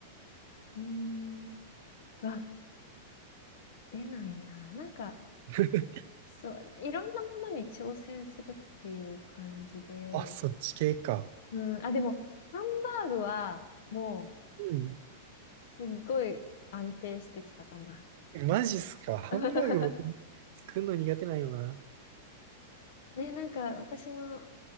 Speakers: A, on the left (about 55°); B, on the right (about 45°).
A: う。うーん、わ、出ないな。なんか、
B: <laughs>
A: そう、いろんなものに挑戦するっていう感じで。
B: あ、そっち系か。
A: うん、あ、でも、ハンバーグは、もう、
B: うん。
A: すっごい安定してきたかな。
B: えマジっすか。ハンバーグ僕
A: <laughs>
B: 作るの苦手なんよな。
A: ね、なんか、私も、